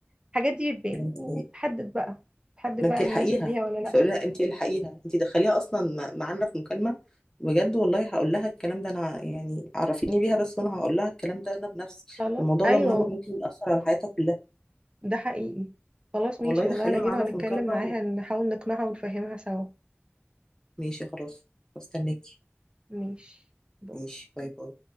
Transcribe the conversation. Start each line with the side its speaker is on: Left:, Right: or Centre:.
Right: الحاجات دي بين-
Left: انت
Right: تحدد بقى تحدد
Left: ده
Right: بقى
Left: انت الحقيها
Right: مناسب ليها ولا لا
Left: تقول لها انت الحقيها انت دخليها اصلا م- معانا في مكالمه بجد والله هقول لها الكلام ده انا يعني عرفيني بيها بس وانا هقول لها الكلام ده انا بنفسي
Right: خلاص
Left: الموضوع
Right: ايوه
Left: ده مهم ممكن يأثر على حياتها كلها
Right: ده حقيقي خلاص ماشي
Left: والله دخليها
Right: والله انا اجيبها
Left: معانا
Right: ونتكلم
Left: في مكالمه
Right: معاها نحاول نقنعها ونفهمها سوا
Left: وماشي خلاص استناكي
Right: ماشي بو.
Left: ماشي باي باي